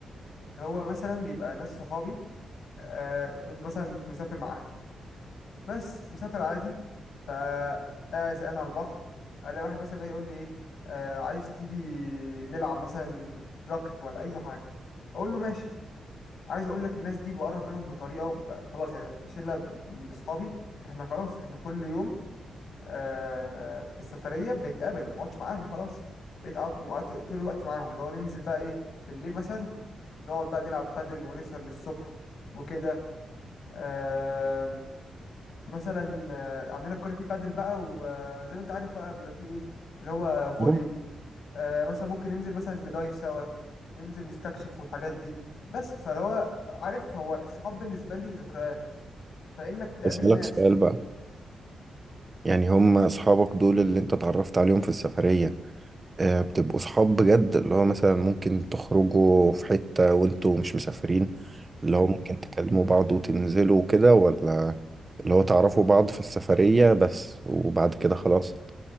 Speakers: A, on the left; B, on the right.
A: هو مثلا بيبقى ناس صحابي آه كنت مثلا مسافر مع اهلي بس مسافر عادي فقاعد زقان على البحر الاقي واحد مثلا جاي يقول لي ايه آه عايز تيجي نلعب مثلا راكت ولا اي حاجه اقول له ماشي عايز اقول لك الناس دي بقرب منهم بطريقه وب- خلاص يعني في شله من اصحابي احنا خلاص احنا كل يوم آه، في السفريه بنتقابل ما بقعدش مع اهلي خلاص بقيت اقعد وقت- طول الوقت معاهم اللي هو ننزل بقى ايه بالليل مثلا نقعد بقى نلعب بادل ونسهر للصبح وكده آم، مثلا آه، عندنا الكوره فيه بادل بقى وزي ما انت عارف بقى بيبقى فيه ايه اللي هو فولي
B: مم.
A: آه، مثلا ممكن ننزل مثلا ندايف سوا ننزل نستكشف والحاجات دي بس فهو عارف هو الصحاب بالنسبه لي ذكريات فانك تقابل
B: أسألك
A: ناس
B: سؤال بقى يعني هم أصحابك دول اللي أنت اتعرفت عليهم في السفرية آه، بتبقوا صحاب بجد اللي هو مثلا ممكن تخرجوا في حتة وانتوا مش مسافرين اللي
A: مم.
B: هو ممكن تكلموا بعض وتنزلوا وكده ولا اللي هو تعرفوا بعض في السفرية بس وبعد كده خلاص